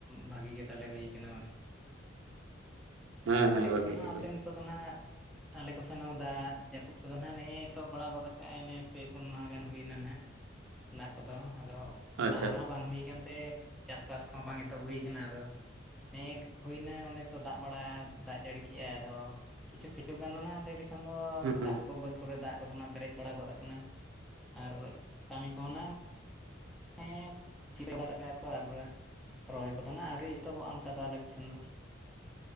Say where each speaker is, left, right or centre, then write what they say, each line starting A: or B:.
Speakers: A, in the centre; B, on the right.
A: ᱵᱷᱟᱜᱤ ᱜᱮ ᱛᱟᱞᱮ ᱦᱩᱭ ᱠᱟᱱᱟ ᱵᱟᱝ᱾
B: ᱦᱮᱸ
A: ᱟᱞᱮ
B: ᱦᱮᱸ ᱵᱷᱟᱜᱤ
A: ᱠᱚ ᱥᱮᱱᱚᱜᱼᱟ
B: ᱜᱮ
A: ᱟᱯᱮᱱ
B: ᱦᱩᱭ
A: ᱱᱮᱫᱚ ᱱᱟᱦᱟᱜ ᱟᱞᱮ ᱠᱚ ᱥᱮᱱᱦᱚᱸ ᱫᱟᱜ ᱡᱟᱹᱯᱩᱫ ᱠᱚᱫᱚ ᱱᱤᱛᱚᱦᱚᱵ ᱵᱟᱲᱟ ᱜᱚᱫ ᱟᱠᱚ <unintelligible> ᱯᱮ ᱯᱩᱱ ᱢᱟᱦᱟ ᱜᱟᱱ ᱦᱩᱭᱮᱱᱟ ᱱᱟᱦᱟᱜ ᱫᱟᱜ ᱠᱚᱫᱚ ᱟᱫᱚ
B: ᱠᱟᱱᱟ
A: ᱞᱟᱦᱟ
B: ᱟᱪᱪᱷᱟ
A: ᱢᱟ ᱵᱟᱝ ᱦᱩᱭ ᱠᱟᱱᱛᱮ ᱪᱟᱥᱵᱟᱥ ᱠᱚᱦᱚᱸ ᱵᱟᱝ ᱮᱛᱚᱦᱚᱵ ᱦᱩᱭ ᱠᱟᱱᱟ ᱟᱫᱚ, ᱱᱮ ᱮᱠ ᱦᱩᱭᱮᱱᱟ, ᱚᱱᱮ ᱛᱚ ᱫᱟᱜ ᱵᱟᱲᱟ ᱫᱟᱜ ᱡᱟᱹᱲᱤ ᱠᱮ ᱟᱭ ᱟᱫᱚ, ᱠᱤᱪᱷᱩᱠ ᱠᱤᱪᱷᱩᱠ ᱜᱟᱱ ᱚᱱᱟ ᱞᱟᱹᱭ ᱞᱮᱠ- ᱮᱱᱠᱷᱟᱱ ᱫᱚ
B: ᱦᱮᱸ
A: ᱫᱟᱜ ᱠᱚ ᱵᱟᱹᱫᱽ ᱠᱚᱨᱮ ᱫᱟᱜ ᱠᱚᱫᱚ ᱱᱟᱦᱟᱸᱜ ᱯᱮᱨᱮᱡ ᱵᱟᱲᱟ ᱜᱚᱫ ᱟᱠᱟᱱᱟ, ᱟᱨ ᱠᱟᱹᱢᱤ ᱠᱚᱦᱚᱸ ᱱᱟᱝ ᱦᱮᱸ <inaudible> ᱥᱤ ᱵᱟᱲᱟ ᱜᱚᱫ ᱟᱠᱟᱜ ᱟᱠᱚ ᱟᱨ ᱨᱚᱦᱚᱭ ᱠᱚᱫᱚ ᱱᱟᱜ ᱟᱹᱣᱨᱤ ᱮᱛᱚᱦᱚᱵᱚᱜᱼᱟ, ᱚᱱᱠᱟ ᱫᱚ ᱟᱞᱮ ᱠᱚᱥᱮᱱ ᱫᱚ᱾